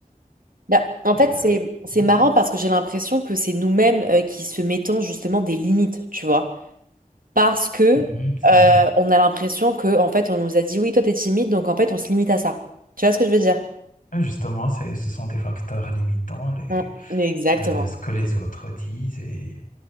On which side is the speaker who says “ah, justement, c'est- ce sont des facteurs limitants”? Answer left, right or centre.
Left